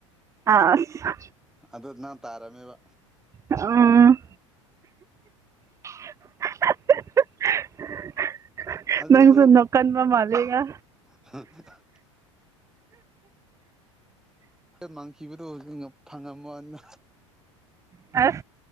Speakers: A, on the right (about 20°); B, in the centre.
A: ꯑꯁ
B: ꯑꯗꯨ ꯅꯪ ꯇꯥꯔꯝꯃꯦꯕ
A: ꯎꯝ <unintelligible>
B: ꯑꯗꯨꯁꯨ
A: ꯅꯪꯁꯨꯨꯝꯅꯣ ꯀꯟꯕ ꯃꯥꯂꯦꯒ
B: ꯍ ꯍ ꯃꯥꯡꯁꯤꯈꯤꯕꯗꯣ ꯐꯪꯉꯝꯃꫭ
A: ꯑꯁ